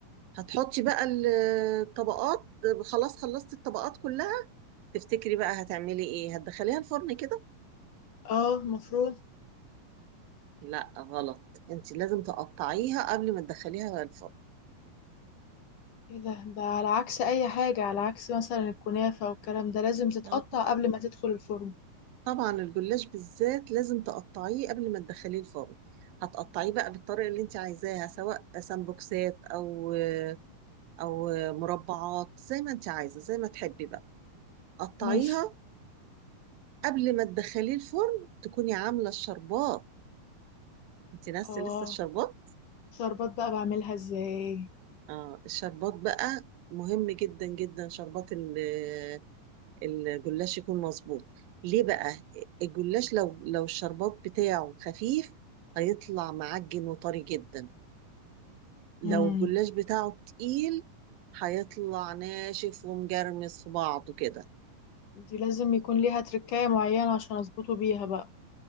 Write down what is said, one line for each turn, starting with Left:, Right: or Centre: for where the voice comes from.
Right: هتحطي بقى ال- الطبقات خلاص خلصتي الطبقات كلها تفتكري بقى هتعملي ايه هتدخليها الفرن كده
Left: اه المفروض
Right: لا غلط انت لازم تقطعيها قبل ما تدخليها الفرن
Left: ايه ده ده على عكس اي حاجة على عكس مثلا الكنافة والكلام ده لازم تتقطع
Right: اه
Left: قبل ما تدخل الفرن
Right: طبعا الجلاش بالذات لازم تقطعيه قبل ما تدخليه الفرن هتقطعيه بقى بالطريقه اللي انت عايزاها سواء سمبوكسات او او مربعات زي ما انت عايزه زي ما تحبي بقى قطعيها
Left: ماشي
Right: قبل ما تدخليه الفرن تكوني عاملة الشربات انت ناسي
Left: اه
Right: لسه الشربات
Left: شربات بقى بعملها ازاي
Right: اه الشربات بقى مهم جدا جدا شربات ال- الجلاش يكون مظبوط ليه بقى الجلاش لو لو الشربات بتاعه خفيف هيطلع معجن وطري جدا لو
Left: امم
Right: الجلاش بتاعه تقيل هيطلع ناشف ومجرمس في بعضه كده
Left: دي لازم يكون ليها تركاية معينة عشان اظبطه بيها بقى